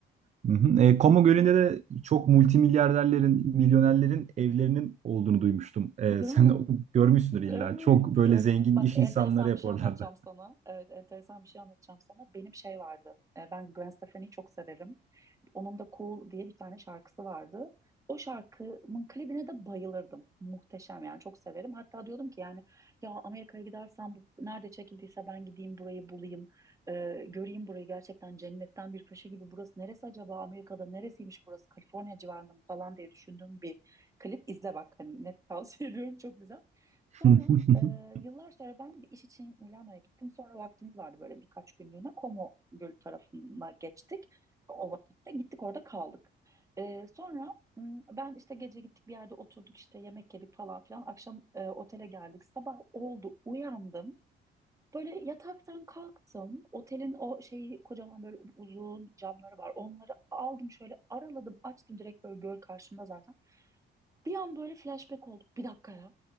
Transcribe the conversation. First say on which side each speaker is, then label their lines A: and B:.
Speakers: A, on the right; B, on the right.
A: hı hı. E, Como Gölü'nde de çok multimilyarderlerin, milyonerlerin evlerinin olduğunu duymuştum. E,
B: Değil
A: <laughs> sen
B: mi?
A: de görmüşsündür illa.
B: Evet,
A: Çok böyle
B: gör.
A: zengin
B: Bak
A: iş
B: enteresan
A: insanları
B: bir
A: hep
B: şey
A: oralarda.
B: anlatacağım sana. Evet, enteresan bir şey anlatacağım sana. Benim şey vardı. e, Ben Gwen Stefani'yi çok severim. Onun da Cool diye bir tane şarkısı vardı. O şarkımın klibine de bayılırdım. Muhteşem yani çok severim. Hatta diyordum ki yani ya Amerika'ya gidersem bu nerede çekildiyse ben gideyim burayı bulayım. Ee, göreyim burayı gerçekten cennetten bir köşe gibi. Burası neresi acaba Amerika'da neresiymiş burası Kaliforniya civarında mı falan diye düşündüğüm bir klip. İzle bak hani net tavsiye <laughs> ediyorum çok güzel. Sonra
A: <laughs>
B: e, yıllar sonra ben bir iş için Milano'ya gittim. Sonra vaktimiz vardı böyle birkaç günlüğüne. Como Gölü tarafına geçtik. O vakitte gittik orada kaldık. Ee, sonra m, ben işte gece gittik bir yerde oturduk işte yemek yedik falan filan. Akşam e, otele geldik. Sabah oldu uyandım. Böyle yataktan kalktım. Otelin o şeyi kocaman böyle uzun camları var. Onları aldım şöyle araladım açtım direkt böyle göl karşımda zaten. Bir an böyle flashback oldu. Bir dakika ya.